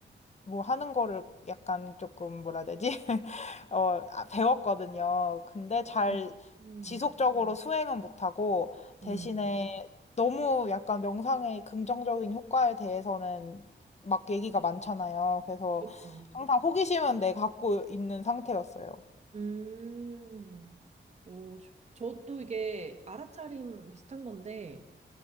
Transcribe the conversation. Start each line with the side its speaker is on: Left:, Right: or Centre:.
Left: 뭐 하는 거를 약간 조금 뭐라 해야 되지? <laughs> 어, 아, 배웠거든요. 근데 잘
Right: 음, 음,
Left: 지속적으로 수행은 못하고 대신에
Right: 음.
Left: 너무 약간 명상의 긍정적인 효과에 대해서는 막 얘기가 많잖아요. 그래서
Right: 그쵸.
Left: 항상 호기심은 내 갖고 있는 상태였어요.
Right: 음, 어, 저, 저도 이게 알아차림 비슷한 건데,